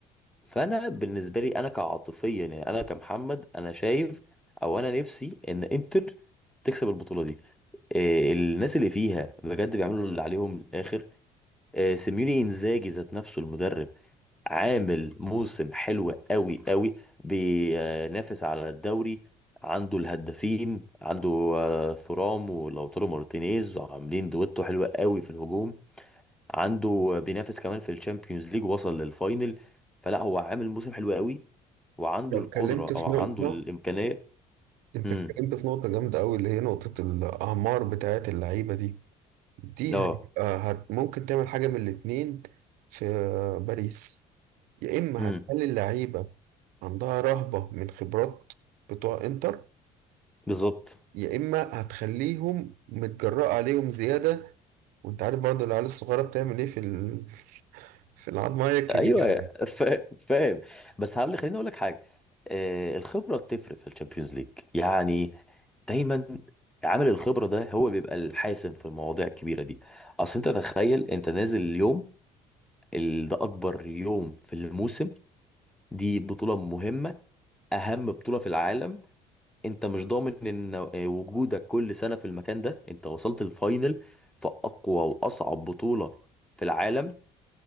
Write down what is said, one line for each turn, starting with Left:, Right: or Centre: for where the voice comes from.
Centre: فانا بالنسبه لي انا كعاطفيا يعني انا كمحمد انا شايف او انا نفسي ان انتر تكسب البطوله دي آه، الناس اللي فيها بجد بيعملوا اللي عليهم للاخر آه، سيميوني انزاجي ذات نفسه المدرب عامل موسم حلو قوي قوي بينافس على الدوري عنده الهدافين عنده آه، ثورام ولوتارو مارتينيز عاملين دويتو حلوة قوي في الهجوم عنده آه، بينافس كمان في الشامبيونز ليج وصل للفاينل فلا هو عامل موسم حلو قوي وعنده
Right: لو
Centre: القدرة
Right: اتكلمت في
Centre: او عنده
Right: نقطة
Centre: الامكانية
Right: انت
Centre: امم
Right: اتكلمت في نقطة جامدة قوي اللي هي نقطة الاعمار بتاعت اللعيبة دي دي
Centre: اه
Right: هيبقى هت ممكن تعمل حاجة من الاتنين في باريس يا اما
Centre: امم
Right: هتخلي اللعيبة عندها رهبة من خبرات بتوع انتر
Centre: بالظبط
Right: يا اما هتخليهم متجرأة عليهم زيادة وانت عارف برضه العيال الصغيرة بتعمل ايه في ال... في العضماية الكبيرة
Centre: ايوه فا- فاهم بس هقول خليني اقول لك حاجة آه، الخبرة بتفرق في الشامبيونز ليج يعني دايما عامل الخبرة ده هو بيبقى الحاسم في المواضيع الكبيرة دي اصل انت تخيل انت نازل اليوم ال- ده اكبر يوم في الموسم دي بطولة مهمة اهم بطولة في العالم انت مش ضامن ان آه، وجودك كل سنة في المكان ده انت وصلت الفاينل في اقوى واصعب بطولة في العالم